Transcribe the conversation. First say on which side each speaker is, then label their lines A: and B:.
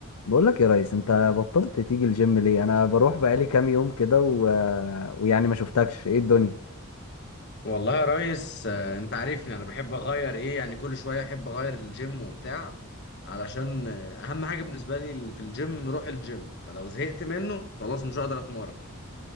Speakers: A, on the left; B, on the left.
A: بقول لك يا ريس انت بطلت تيجي الجيم ليه انا بروح بقالي كام يوم كده و... ويعني ما شفتكش ايه الدنيا
B: والله يا ريس آه، انت عارفني انا بحب اغير ايه يعني كل شويه احب اغير الجيم وبتاع علشان آه، اهم حاجه بالنسبه لي في الجيم روح الجيم فلو زهقت منه خلاص مش هقدر اتمرن